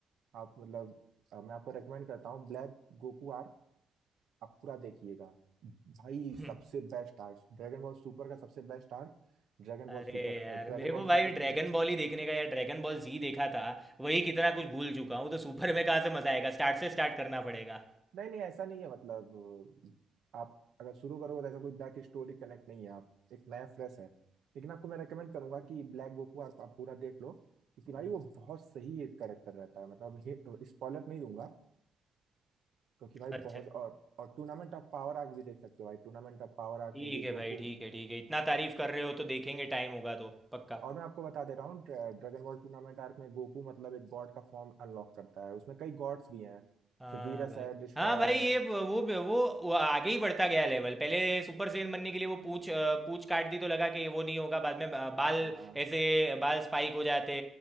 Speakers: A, on the right; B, in the centre.
A: आप मतलब अ, मैं आपको रेकमेंड करता हूँ ब्लैक गोकू आप पूरा देखिएगा भाई
B: <laughs> हम्म,
A: सबसे best arc Dragon Ball Super का सबसे best arc Dragon Ball
B: अरे
A: Super
B: यार
A: Dragon
B: मेरे
A: Ball
B: को भाई
A: Super
B: ड्रैगन
A: का <laughs>
B: बॉल ही देखने का यार ड्रैगन बॉल जी देखा था वही कितना कुछ भूल चुका हूँ तो सुपर में कहाँ से मजा आएगा स्टार्ट से स्टार्ट करना पड़ेगा
A: नहीं नहीं ऐसा नहीं है मतलब अ, आप अगर शुरू करोगे तो ऐसा कोई बैक स्टोरी कनेक्ट नहीं है आप एक नया फ्रेश है लेकिन आपको मैं रेकमेंड करूंगा कि ब्लैक गोकू आप, आप पूरा देख लो क्योंकि
B: हम्म,
A: भाई
B: हम्म।
A: वो बहुत सही एक करेक्टर रहता है मतलब स्पॉइलर नहीं दूंगा क्योंकि भाई
B: अच्छा
A: बहुत और और टूर्नामेंट ऑफ पावर आर्क भी देख सकते हो भाई टूर्नामेंट ऑफ पावर आर्क
B: ठीक
A: में भी
B: है भाई
A: गोकू
B: ठीक है ठीक है इतना तारीफ कर रहे हो तो देखेंगे टाइम होगा तो पक्का
A: और मैं आपको बता दे रहा हूँ ड्रैगन बॉल टूर्नामेंट आर्क में गोकू मतलब एक गॉड का फॉर्म अनलॉक करता है उसमें कई गॉड्स भी हैं
B: हाँ
A: सेवियरस
B: भाई
A: है डिस्ट्रॉयर
B: हाँ भाई
A: है
B: ये ब- वो ब- वो वो आगे ही बढ़ता गया लेवल पहले सुपर सैयन बनने के लिए वो पूछ अ, पूछ काट दी तो लगा कि वो नहीं होगा बाद में बा-
A: हाँ
B: बाल
A: भाई हाँ हाँ
B: ऐसे बाल स्पाइक हो जाते